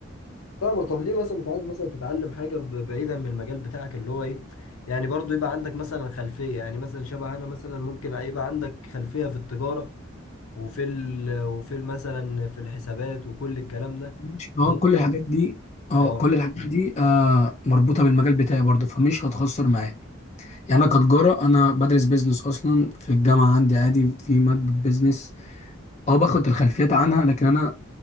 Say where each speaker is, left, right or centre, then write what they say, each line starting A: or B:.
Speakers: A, on the left; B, on the left.
A: فاهمة طب ليه مثلا مش عايز مثلا تتعلم حاجة ب- بعيدا من المجال بتاعك اللي هو ايه يعني برضو يبقى عندك مثلا خلفية يعني مثلا شبه انا مثلا ممكن يبقى عندك خلفية في التجارة وفي ال وفي ال- مثلا في الحسابات وكل الكلام ده
B: مش
A: وممكن
B: اه كل الحاجات دي اه
A: اه
B: كل الحاجات دي آه مربوطه بالمجال بتاعي برضه فمش هتخسر معايا يعني انا كتجاره انا بدرس بيزنس اصلا في الجامعه عندي عادي في ماده بيزنس اه باخد الخلفيات عنها لكن انا